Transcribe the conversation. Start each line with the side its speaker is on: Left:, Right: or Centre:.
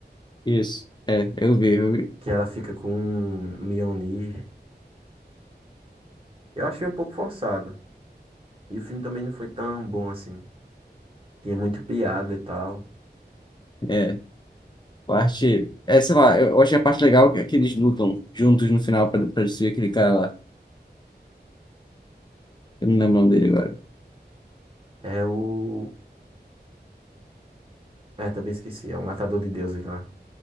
Left: isso. É, eu vi, eu vi.
Right: Que ela fica com um Mjolnir. Eu achei um pouco forçado. E o filme também não foi tão bom assim. Tinha muita piada e tal.
Left: É, parte. É, sei lá, eu eu achei a parte legal que, é que eles lutam juntos no final pra, pra destruir aquele cara lá. Eu não lembro o nome dele agora.
Right: É o. É, também esqueci. É um Matador de Deuses lá.